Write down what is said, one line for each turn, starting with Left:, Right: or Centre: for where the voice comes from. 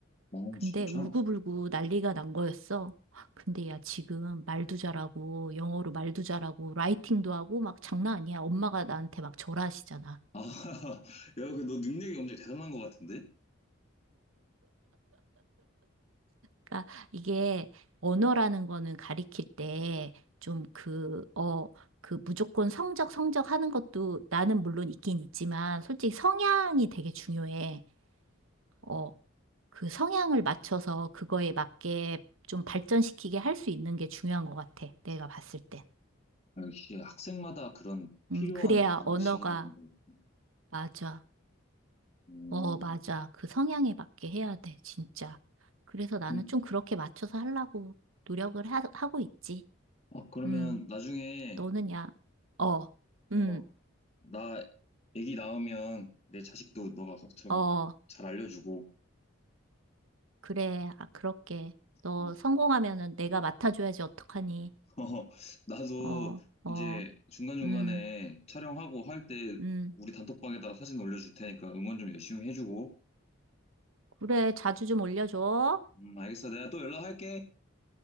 Left: 어,
Right: 근데
Left: 진짜?
Right: 울고불고 난리가 난 거였어. 근데 야, 지금 말도 잘하고, 영어로 말도 잘하고, 라이팅도 하고, 막 장난 아니야. 엄마가 나한테 막 절하시잖아.
Left: 아, <laughs> 야, 그 너 능력이 엄청 대단한 것 같은데?
Right: 그러니까 이게 언어라는 거는 가리킬 때 좀 그, 어, 그 무조건 성적, 성적 하는 것도 나는 물론 있긴 있지만, 솔직히 성향이 되게 중요해. 어, 그 성향을 맞춰서 그거에 맞게 좀 발전시키게 할 수 있는 게 중요한 것 같아. 내가 봤을 땐.
Left: 아, 역시 학생마다 그런 필요한
Right: 음, 그래야
Left: 방식이랑
Right: 언어가
Left: 방법이 있구나.
Right: 맞아.
Left: 음.
Right: 어, 맞아. 그 성향에 맞게 해야 돼, 진짜. 그래서 나는
Left: 음.
Right: 좀 그렇게 맞춰서 하려고 노력을 하, 하고 있지.
Left: 아, 그러면
Right: 음,
Left: 나중에,
Right: 너는 야, 어,
Left: 어,
Right: 음,
Left: 나 애기 낳으면 내 자식도 너가 좀
Right: 어,
Left: 잘 알려주고,
Right: 그래. 아, 그렇게. 너
Left: 어,
Right: 성공하면은 내가 맡아줘야지, 어떡하니.
Left: 어, 나도
Right: 어,
Left: 이제
Right: 어,
Left: 중간중간에
Right: 음,
Left: 촬영하고 할 때
Right: 음.
Left: 우리 단톡방에다가 사진 올려줄 테니까 응원 좀 열심히 해주고.
Right: 그래, 자주 좀 올려줘.
Left: 음, 알겠어. 내가 또 연락할게.